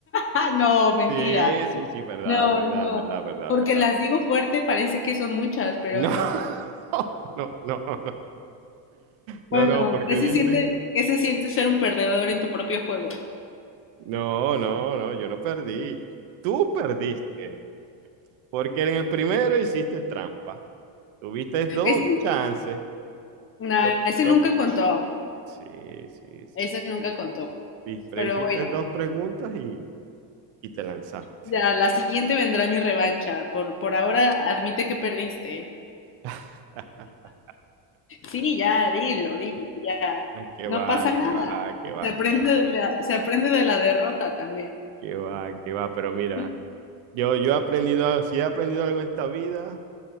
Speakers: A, on the left; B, on the right.
A: Ah, no, mentira.
B: Sí, sí, sí, verdad,
A: No,
B: verdad,
A: no.
B: verdad, verdad,
A: Porque
B: verdad.
A: las digo fuerte, parece que son muchas, pero
B: No,
A: no.
B: <laughs> no, no, no. No,
A: Bueno,
B: no, porque
A: ¿qué se
B: dice,
A: siente, qué se siente ser un perdedor en tu propio juego?
B: no, no, no, yo no perdí. Tú perdiste, porque en el primero hiciste trampa. Tuviste dos
A: Ese,
B: chances.
A: nah,
B: Lo,
A: ese
B: lo-
A: nunca contó,
B: Sí, sí, sí.
A: ese nunca contó.
B: Y pero
A: Pero
B: hiciste
A: bueno,
B: dos preguntas y, y te lanzaste.
A: ya, la siguiente vendrá mi revancha. Por, por ahora, admite que perdiste.
B: <laughs>
A: Sí, ya, dilo, dilo, ya.
B: ¡Qué
A: No
B: va,
A: pasa nada.
B: qué va, qué va,
A: Se aprende
B: qué va,
A: de la, se aprende de la derrota también.
B: qué va, qué va. Pero mira,
A: <laughs>
B: yo, yo he aprendido, si he aprendido algo en esta vida,